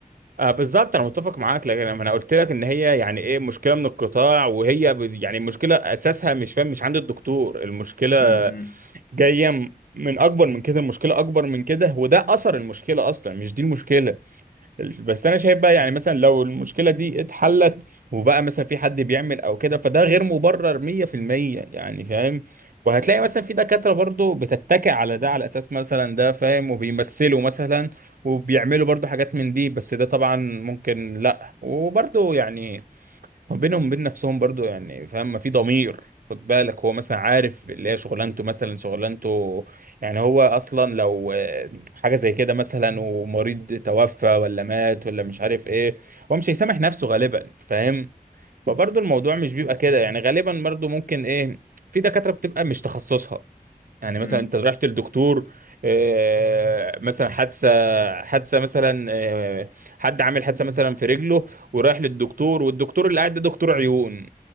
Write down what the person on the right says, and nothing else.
آه، بالظبط انا متفق معاك لكن انا قلت لك ان هي يعني ايه مشكله من القطاع وهي ب- يعني المشكله اساسها مش فاهم مش عند الدكتور المشكله
جايه م- من اكبر من كده المشكله اكبر من كده وده اثر المشكله اصلا مش دي المشكله بس انا شايف بقى يعني مثلا لو المشكله دي اتحلت وبقى مثلا في حد بيعمل او كده فده غير مبرر 100% يعني فاهم وهتلاقي مثلا في دكاتره برضو بتتكئ على ده على اساس مثلا ده فاهم وبيمثلوا مثلا وبيعملوا برضو حاجات من دي بس ده طبعا ممكن لا وبرضو يعني هو بينهم وبين نفسهم برضو يعني فاهم ما في ضمير خد بالك هو مثلا عارف اللي هي شغلانته مثلا شغلانته يعني هو اصلا لو آه، حاجه زي كده مثلا ومريض توفى ولا مات ولا مش عارف ايه هو مش هيسامح نفسه غالبا فاهم فبرضو الموضوع مش بيبقى كده يعني غالبا برضو ممكن ايه في دكاتره بتبقى مش تخصصها يعني
مثلا انت رحت للدكتور آه، مثلا حادثه حادثه مثلا آه، حد عامل حادثه مثلا في رجله ورايح للدكتور والدكتور اللي قاعد ده دكتور عيون